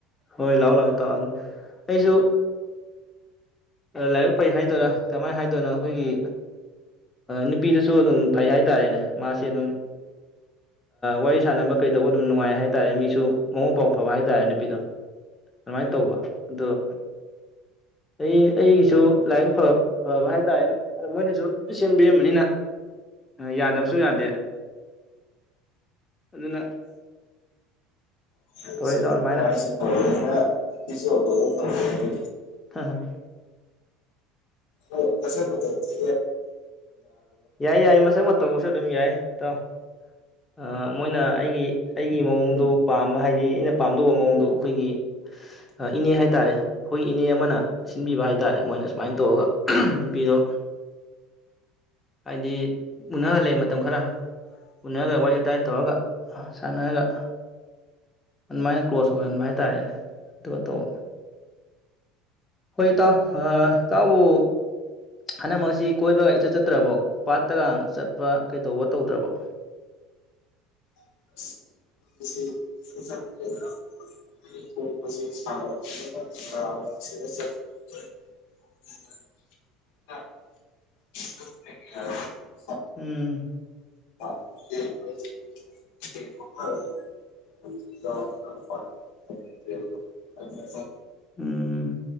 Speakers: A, on the left; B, on the left.
A: ꯍꯣꯏ ꯂꯥꯛꯑꯣ ꯂꯥꯛꯑꯣ ꯏꯇꯥꯎ ꯑꯗꯨ ꯑꯩꯁꯨ ꯂꯥꯏꯕꯛ ꯐꯩ ꯍꯥꯏꯗꯣꯏꯔꯥ ꯀꯃꯥꯏꯅ ꯍꯥꯏꯗꯣꯏꯅꯣ ꯑꯩꯈꯣꯏꯒꯤ ꯅꯨꯄꯤꯗꯨꯁꯨ ꯑꯗꯨꯝ ꯐꯩ ꯍꯥꯏꯇꯥꯔꯦꯅꯦ ꯃꯥꯁꯦ ꯑꯗꯨꯝ ꯋꯥꯔꯤ ꯁꯥꯟꯅꯕ ꯀꯩꯗꯧꯕ ꯑꯗꯨꯝ ꯅꯨꯡꯉꯥꯏ ꯍꯥꯏꯇꯥꯔꯦ ꯃꯤꯁꯨ ꯃꯕꯨꯛ ꯃꯄꯥꯎ ꯐꯕ ꯍꯥꯏꯇꯥꯔꯦ ꯅꯨꯄꯤꯗꯣ ꯑꯗꯨꯃꯥꯏꯅ ꯇꯧꯕ ꯑꯗ‌ꯣ ꯑꯩ ꯑꯩꯒꯤꯁꯨ ꯂꯥꯏꯕꯛ ꯐꯕ ꯍꯥꯏꯇꯥꯥꯔꯦꯅꯦ ꯑ ꯃꯣꯏꯅꯁꯨ ꯁꯦꯝꯕꯤꯔꯝꯕꯅꯤꯅ ꯌꯥꯗꯕꯁꯨ ꯌꯥꯗꯦ ꯑꯗꯨꯅ
B: <unintelligible>
A: ꯇꯧꯔꯛꯏ ꯏꯇꯥꯎ ꯑꯗꯨꯃꯥꯏꯅ
B: <inaudible> ꯁꯨꯗ ꯐꯪ
A: ꯍ ꯍ
B: ꯑꯣ ꯃꯁꯛ ꯃꯇꯧ ꯊꯤ
A: ꯌꯥꯏ ꯌꯥꯏ ꯃꯁꯛ ꯃꯇꯧꯁꯨ ꯑꯗꯨꯝ ꯌꯥꯏ ꯏꯇꯥꯎ ꯑ ꯃꯣꯏꯅ ꯑꯩꯒꯤ ꯑꯩꯒꯤ ꯃꯑꯣꯡꯗꯣ ꯄꯥꯝꯕ ꯍꯥꯏꯗꯤ ꯑꯩꯅ ꯄꯥꯝꯗ‌ꯣꯕ ꯃꯑꯣꯡꯗꯣ ꯑꯩꯈꯣꯏꯒꯤ ꯏꯅꯦ ꯍꯥꯏ ꯇꯥꯔꯦ ꯑꯩꯈꯣꯏꯒꯤ ꯏꯅꯦ ꯑꯃꯅ ꯁꯤꯟꯕꯤꯕ ꯍꯥꯏ ꯇꯥꯔꯦ ꯃꯣꯏꯅ ꯁꯨꯃꯥꯏꯅ ꯇꯧꯔꯒ ꯅꯨꯄꯤꯗꯣ ꯍꯥꯏꯗꯤ ꯎꯅꯍꯜꯂꯦ ꯃꯇꯝ ꯈꯔ ꯎꯅꯗꯅ ꯋꯥꯔꯤ ꯏꯗꯥꯥꯏ ꯇꯧꯔꯒ ꯁꯥꯟꯅꯔꯒ ꯑꯗꯨꯃꯥꯏꯅ ꯀ꯭ꯂꯣꯖ ꯑꯣꯏꯍꯟꯕ ꯍꯥꯏꯇꯥꯥꯔꯦꯅꯦ ꯑꯗꯨꯒ ꯇꯧꯕ ꯍꯣꯏ ꯏꯇꯥꯎ ꯏꯇꯥꯎꯕꯨ ꯍꯟꯗꯛ ꯃꯔꯛꯁꯤ ꯀꯣꯏꯕꯒ ꯏꯆꯠ ꯆꯠꯇ꯭ꯔꯕꯣ ꯄꯥꯠꯇꯒ ꯆꯠꯄ ꯀꯩꯗꯧꯕ ꯇꯧꯗ꯭ꯔꯕ‌ꯣ
B: <unintelligible> <inaudible>
A: ꯎꯝ
B: <inaudible>
A: ꯎꯝ